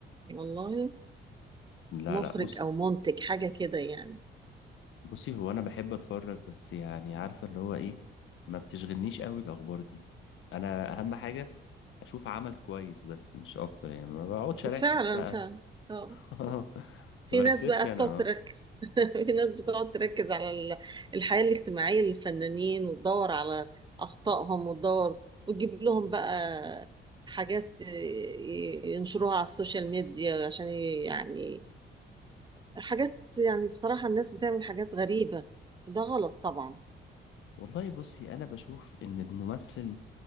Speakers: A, on the right (about 20°); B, on the left (about 80°).
A: والله
B: لا
A: مخرج
B: لا بص
A: أو منتج حاجة كده يعني
B: بصي هو انا بحب اتفرج بس يعني عارفه اللي هو ايه ما بتشغلنيش قوي الاخبار دي انا اهم حاجه اشوف عمل كويس بس مش اكتر يعني ما بقعدش
A: وفعلا
B: اركز بقى
A: فعلا اه
B: <laughs> ما
A: في
B: بركزش
A: ناس بقى
B: انا
A: بتقعد
B: آه.
A: تركز <laughs> في ناس بتقعد تركز على ال- الحياة الاجتماعية للفنانين وتدور على أخطائهم وتدور وتجيب لهم بقى حاجات ي- ينشروها على السوشيال ميديا عشان ي- يعني حاجات يعني بصراحة الناس بتعمل حاجات غريبة ده غلط طبعا
B: والله بصي انا بشوف ان الممثل